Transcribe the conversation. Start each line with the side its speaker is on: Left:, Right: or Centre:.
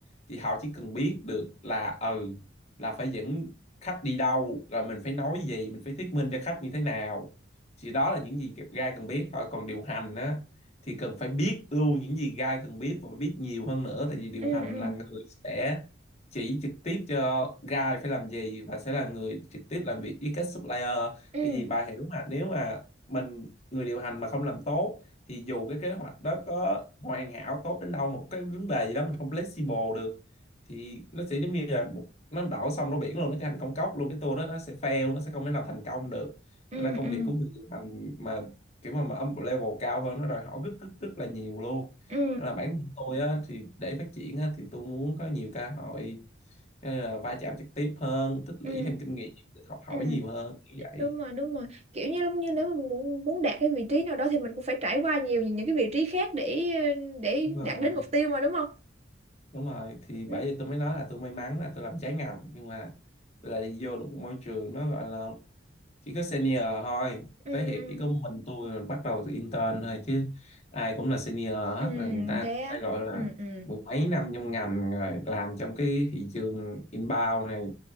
Left: thì họ chỉ cần biết được là ừ là phải dẫn khách đi đâu rồi mình phải nói gì mình phải thuyết minh cho khách như thế nào thì đó là những gì guide cần biết thôi còn điều hành á thì cần phải biết luôn những gì guide cần biết và phải biết nhiều hơn nữa tại vì điều
Right: ừ
Left: hành
Right: ừ
Left: là người sẽ chỉ trực tiếp cho guide phải làm gì và sẽ là người trực tiếp làm việc với các supplier
Right: ừ
Left: tại vì bà hiểu mà nếu mà mình người điều hành mà không làm tốt thì dù cái kế hoạch đó có hoàn hảo tốt đến đâu một cái vấn đề gì đó mình không flexible được thì nó sẽ giống như là một nó đổ sông đổ biển luôn nó trở thành công cốc luôn cái tour đó nó sẽ fail nó sẽ không thể nào thành công được
Right: ừ
Left: nên là công
Right: ừ
Left: việc của người điều hành mà kiểu mà, mà ở một level cao hơn nó đòi hỏi rất rất rất là nhiều luôn
Right: ừ
Left: nên là bản thân tôi á, thì để phát triển á, thì tôi muốn có nhiều cơ hội nên là va chạm trực tiếp hơn tích lũy
Right: ừ
Left: thêm kinh nghiệm học hỏi
Right: ừ
Left: nhiều hơn như vậy
Right: đúng rồi đúng rồi kiểu như giống như nếu mà muốn muốn đạt cái vị trí nào đó thì mình cũng phải trải qua nhiều những cái vị trí khác để ờ, để
Left: Đúng rồi.
Right: đạt đến mục tiêu mà đúng không
Left: đúng rồi thì bởi
Right: ừ
Left: vì tôi mới nói là tôi may mắn là tôi làm trái ngành nhưng mà tôi lại đi vô được một môi trường nó gọi là chỉ có senior thôi
Right: ừ
Left: tới hiện chỉ có mình tôi là bắt đầu từ intern thôi chứ ai cũng là senior hết
Right: ừ
Left: rồi người ta
Right: thế
Left: cũng
Right: á
Left: phải gọi là
Right: ừ ừ
Left: mười mấy năm trong ngành rồi làm trong cái thị trường inbound này